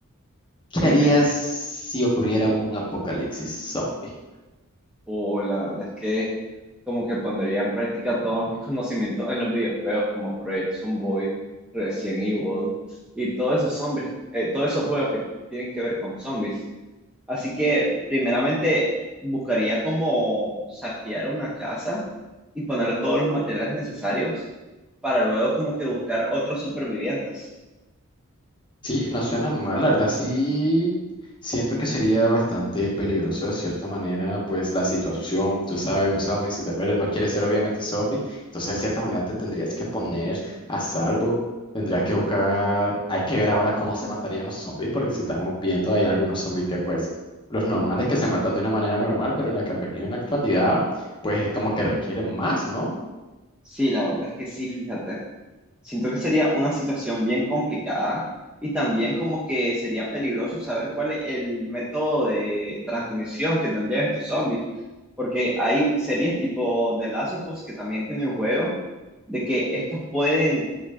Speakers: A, on the left (about 20°); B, in the centre.
A: ¿Qué
B: Dime.
A: harías si ocurriera un apocalipsis zombie?
B: O la verdad es que como que pondría en práctica todos mis conocimientos <laughs> en los videojuegos como Project Zomboid, Resident Evil y todos esos zombies, eh, todos esos juegos que tienen que ver con zombies. Así que primeramente buscaría como saquear una casa y poner todos los materiales necesarios para luego como que buscar otros supervivientes.
A: Sí, no suena mal, la verdad sí siento que sería bastante peligroso de cierta manera, pues la situación, tú sabes, un zombie si te mueres no quieres ser obviamente zombie, entonces de cierta manera te tendrías que poner a salvo, tendrías que buscar, hay que ver ahora cómo se matarían los zombies, porque si estamos viendo hay algunos zombies que pues los normales que se matan de una manera normal, pero en la que han venido en la actualidad, pues es como que requieren más, ¿no?
B: Sí, la verdad es que sí, fíjate. Siento que sería una situación bien complicada y también como que sería peligroso saber cuál es el método de transmisión que tendrían estos zombies, porque hay series tipo The Last of Us que también tienen el juego de que estos pueden